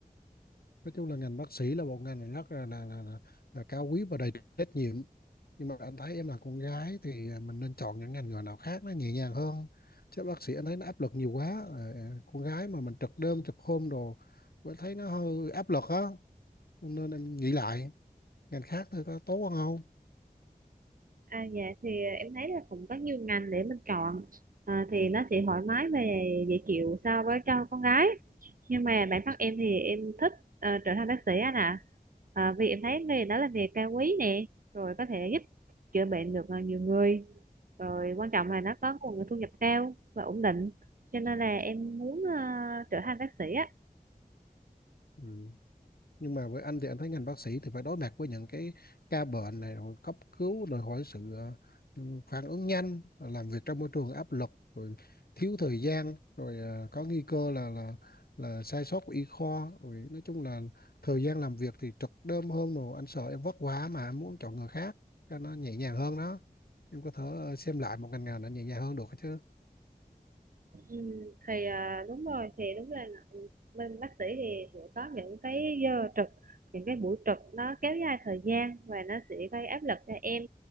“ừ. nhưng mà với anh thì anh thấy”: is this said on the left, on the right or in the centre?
Left